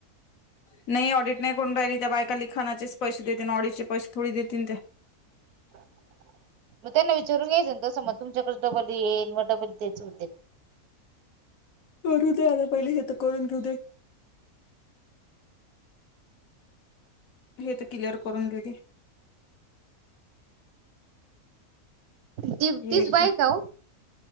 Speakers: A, on the left (about 65°); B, on the right (about 85°).
A: नाही ऑडिट नाही करून राहिली, त्या बायका लिखाणाचेच पैसे देतील, ऑडिटचे पैसे थोडी देतील ते.
B: <unintelligible> त्यांना विचारून घ्यायच ना तसं मग तुमच्याकडं डबल येईल, म डबल तेच होतय.
A: करू दे, आता पहिले हे तर करून घेऊ दे. हे तर, क्लिअर करून घेऊ दे.
B: ती
A: हे
B: तीच
A: एकदम
B: बाईक आहे काहो?